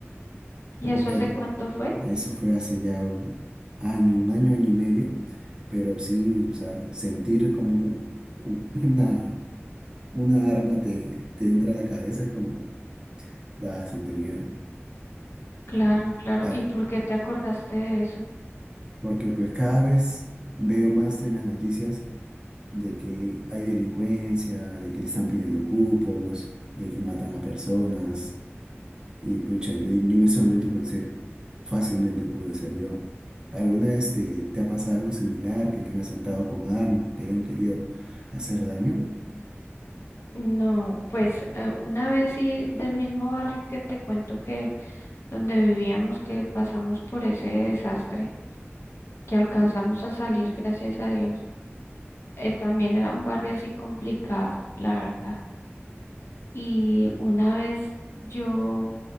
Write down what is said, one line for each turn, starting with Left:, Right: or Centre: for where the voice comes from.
Left: ¿Y eso
Right: Pero
Left: hace cuánto fue?
Right: eso fue hace ya un año, un año, año y medio, pero sí, o sea, sentir como u- u- <laughs> una, una arma te, te entra a la cabeza es como da bastante miedo.
Left: Claro, claro.
Right: Ah,
Left: ¿Y por qué te acordaste de eso?
Right: Porque pues cada vez veo más en las noticias de que hay delincuencia, de que le están pidiendo cupos, de que matan a personas. Y pucha, yo, yo en ese momento pensé, fácilmente pude ser yo. ¿Alguna vez te, te ha pasado algo similar, que te han asaltado con armas, te hayan querido hacer daño?
Left: No, pues eh, una vez sí del mismo barrio que te cuento que donde vivíamos, que pasamos por ese desastre, que alcanzamos a salir, gracias a Dios. Eh, también era un barrio así complicado, la verdad. Y una vez yo